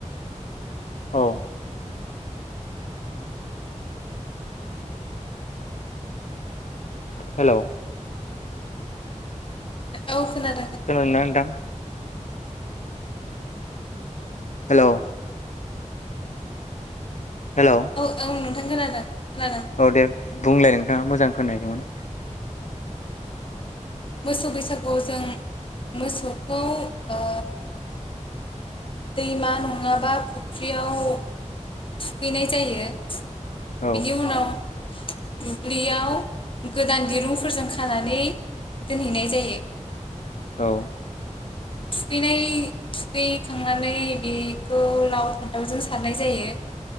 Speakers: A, on the left; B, on the left.
A: औ हेल
B: औ खोनादों।
A: खोनादों ना नोथां? हेलौ हेलौ
B: औ औ नोंथां खोनादों खोना
A: औ दे बुंलाय नोंथाङा मोजां खोनायाखैमोन।
B: मोसौ बैसागुआव जों मोसौखौ ओ दैमा नङाबा फुख्रियाव थुखैनाय जायो।
A: औ
B: बिनि उनाव दुब्लियाव गोदान दिरुंफोरजों खानानै दोनहैनाय जायो।
A: औ
B: थुखैनाय थुखैखांनानै बेखौ लाव फान्थावजों सारनाय जायो।